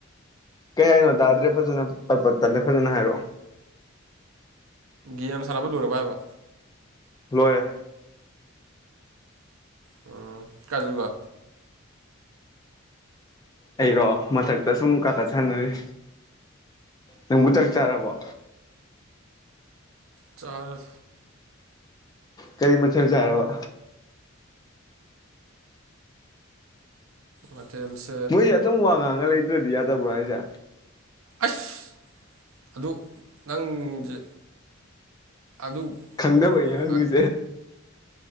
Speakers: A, on the left; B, on the right.
A: ꯀꯩ ꯍꯥꯏꯅꯣ ꯇꯥꯗ꯭ꯔꯦ ꯐꯖꯅ ꯄꯠ ꯄꯠ ꯇꯠꯂꯦ ꯐꯖꯅ ꯍꯥꯏꯔꯛꯑꯣ
B: ꯒꯦꯝ ꯁꯥꯟꯅꯕ ꯂꯣꯏꯔꯕ ꯍꯥꯏꯕ
A: ꯂꯣꯏꯔꯦ
B: ꯑꯣ ꯀꯗ꯭ꯔꯤꯕ
A: ꯑꯩꯔꯣ ꯃꯊꯛꯇ ꯁꯨꯝ ꯀꯥꯈꯠ ꯁꯥꯟꯅꯔꯤ ꯅꯪꯕꯨ ꯆꯥꯛ ꯆꯥꯔꯕꯣ
B: ꯆꯔꯦ
A: ꯀꯔꯤ ꯃꯊꯦꯜ ꯆꯥꯔꯕ
B: ꯃꯊꯦꯜꯁꯤ
A: ꯃꯣꯏꯁꯦ ꯑꯗꯨꯝ ꯋꯥ ꯉꯥꯡꯉ ꯂꯩꯗ꯭ꯔꯗꯤ ꯌꯥꯗꯕ꯭ꯔꯥ ꯍꯥꯏꯁꯦ
B: ꯑꯁ ꯑꯗꯨ ꯅꯪꯁꯦ ꯑꯗꯨ
A: ꯈꯪꯗꯕꯩꯅꯤ ꯍꯪꯉꯤꯁꯦ
B: ꯉꯥꯛ